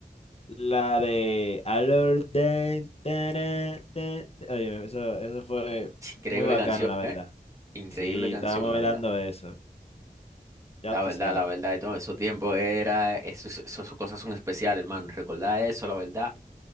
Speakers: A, on the left; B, on the right.
A: la de Alert. Dan, tarán, tan- Oye, eso, eso fue
B: Increíble
A: muy bacano,
B: canción,
A: la verdad.
B: ¿eh? Increíble
A: Sí,
B: canción,
A: estábamos
B: la
A: velando
B: verdad.
A: eso. Ya
B: La
A: tú
B: verdad,
A: sabes.
B: la verdad, y todo esos tiempos era, esos- esas cosas son especiales, hermano. Recordar eso, la verdad.